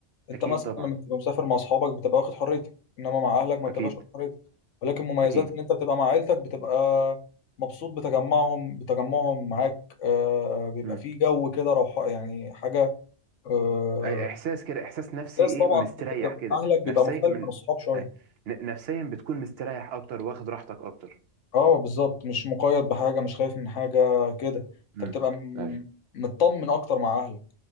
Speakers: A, on the left; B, on the right.
A: انت
B: اكيد
A: مثلا
B: طبعا
A: لما بتبقى مسافر مع اصحابك بتبقى واخد حريتك انما مع اهلك ما
B: اكيد
A: بتبقاش واخد حريتك ولكن مميزات
B: اكيد
A: ان انت بتبقى مع عيلتك بتبقى مبسوط بتجمعهم بتجمعهم معاك آه، بيبقى
B: مم.
A: فيه جو كده روح يعني حاجة آه،
B: أي احساس كده احساس نفسي
A: بس
B: ايه
A: طبعا
B: مستريح
A: انت بتبقى
B: كده
A: مع اهلك بيبقى
B: نفسيا
A: مختلف
B: من
A: عن الصحاب شوية
B: أي. ن- نفسيا بتكون مستريح اكتر واخد راحتك اكتر
A: اه بالظبط مش مقيد بحاجة مش خايف من حاجة كده انت
B: مم.
A: بتبقى م-
B: أي.
A: مطمن اكتر مع اهلك